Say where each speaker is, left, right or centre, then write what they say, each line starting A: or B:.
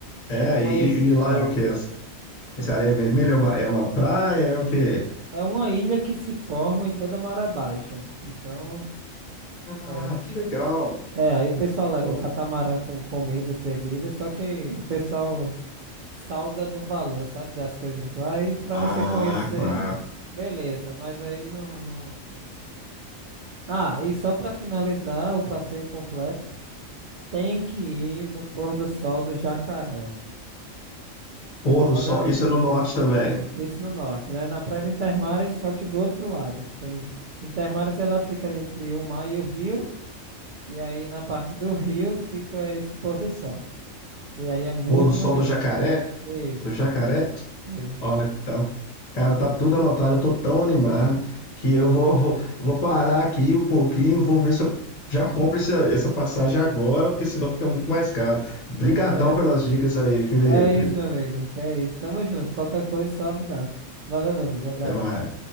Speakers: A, on the left; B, on the right.
A: É,
B: conhecido,
A: e, e lá
B: é.
A: é o quê? Essa areia vermelha é uma, é uma praia? É o quê?
B: É uma ilha que se forma em toda a maré baixa. Então,
A: Ah,
B: é,
A: que legal.
B: é, aí o pessoal leva
A: Então,
B: catamarã com comidas, bebidas, só que o pessoal salga no valor, sabe, das coisas lá e pra
A: ah,
B: você conhecer,
A: claro.
B: beleza, mas aí não, não, não. Ah, e só pra finalizar o passeio completo, tem que ir no pôr do sol do Jacaré.
A: Pôr do
B: Roda
A: sol,
B: na-
A: isso é no norte também.
B: isso no norte, né? Na Praia de Intermares, só que do outro lado. Tem Intermares ela fica entre o mar e o rio, e aí na parte do rio fica esse pôr do sol. E aí é muito
A: Pôr do sol
B: bonito.
A: do jacaré,
B: Isso,
A: do jacaré.
B: isso.
A: Olha, tá, cara, tá tudo anotado. Eu tô tão
B: Tem-
A: animado que eu vou, vou, vou parar aqui um pouquinho, vou ver se eu já compro esse- essa passagem agora, porque senão fica muito mais caro. Brigadão
B: Pois é.
A: pelas dicas aí, Felipe.
B: Que é isso, meu amigo. Que é isso. Tamo junto. Qualquer coisa, é só avisar. Valeu, meu amigo. Abraço.
A: Até mais.